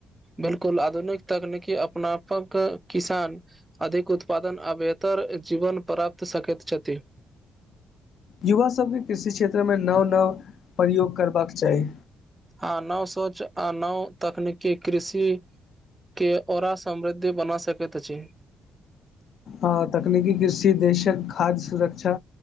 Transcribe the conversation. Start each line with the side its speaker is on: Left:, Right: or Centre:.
Right: बिल्कुल आधुनिक तकनीकी अपनापक किसान अधिक उत्पादन आ बेहतर एक जीवन प्राप्त सकैत छथिन।
Left: युवा सभके कृषि क्षेत्रमे नव-नव प्रयोग करबाक चाही।
Right: आ नव सोच आ नव तकनीकी कृषि कोँ औरा समृद्धि बना सकैत अछि।
Left: आ तकनीकी कृषि देशक खाद्य सुरक्षा